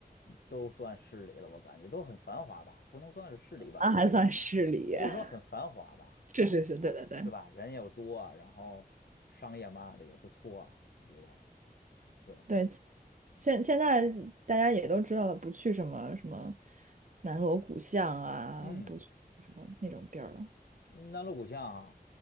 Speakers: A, on the left; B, on the right.
A: 都算市里了，我感觉都很繁华吧，不能算是市里吧，
B: 那还算市里。
A: 就很繁，就是说很繁华吧，
B: <laughs> 是是是，
A: 应该是，
B: 对对对
A: 对吧？人又多啊，然后商业嘛的也不错啊，我觉得，对，
B: 对，现现在大家也都知道了，不去什么什么南锣鼓巷啊，
A: 嗯。
B: 不去什么那种地儿了，
A: 南锣鼓巷啊，